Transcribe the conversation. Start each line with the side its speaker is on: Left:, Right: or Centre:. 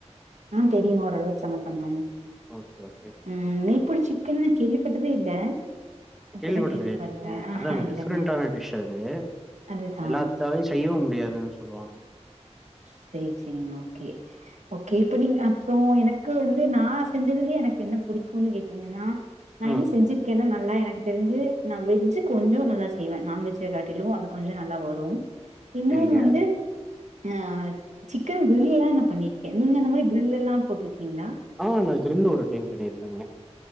Right: ஆ தெரியு ஓரளவுக்கு சமைப்பேங்க
Centre: ஓகே, ஓகே.
Right: ம் நெய் பொடி சிக்கன்னு கேள்விப்பட்டதே இல்ல இப்பதா
Centre: கேள்விப்பட்டது
Right: கேள்விப்பட்றே
Centre: இல்லையா நீங்க
Right: ஆஹா
Centre: அதங்க
Right: இல்லங்க
Centre: டிஃப்ரெண்டான டிஷ் அது
Right: அதுதா
Centre: எல்லா சை செய்யவு முடியாதுன்னு சொல்லுவாங்க
Right: செரி செரிங்க ஓகே ஓகே இப்ப நீங்க அப்றோ எனக்கு வந்து நா செஞ்சதுலயே எனக்கு என்ன பிடிக்குனு கேட்டீங்கன்னா நா
Centre: ம்.
Right: என்ன செஞ்சிருக்கேன்னா நல்லா எனக்கு தெரிஞ்சு நா வெஜ் கொஞ்சோ நல்லா செய்வே நான்வெஜ்ஜ காட்டிலு அது கொஞ்சோ நல்லா வரும் இன்னொன்னு
Centre: சரிங்க.
Right: வந்து ஆ சிக்கன் கிரில் எல்லா நா பண்ணிருக்கே நீங்க அந்த மாரி கிரில் எல்லா போட்டிருக்கீங்களா
Centre: ஆ நா கிரில் ஒரு டைம் பண்ணிருக்கேங்க